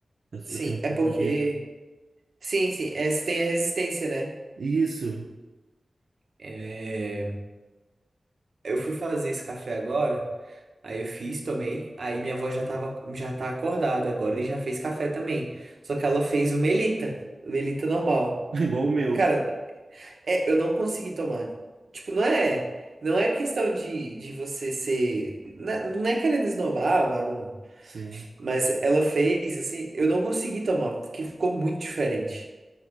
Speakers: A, on the right; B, on the right.
A: Eu,
B: sim,
A: eu tenho um pouco
B: é porque
A: disso.
B: sim, sim, é, você tem a resistência, né?
A: Isso,
B: É, eu fui fazer esse café agora. Aí eu fiz, tomei. Aí minha avó já tava, já tá acordada agora e já fez café também. Só que ela fez o Melita, o Melita normal.
A: <laughs> igual o meu,
B: Cara, é, eu não consegui tomar. Tipo, não é, não é questão de, de você ser, né, não é querendo esnobar ou nada não.
A: sim.
B: Mas ela fez assim, eu não consegui tomar, porque ficou muito diferente.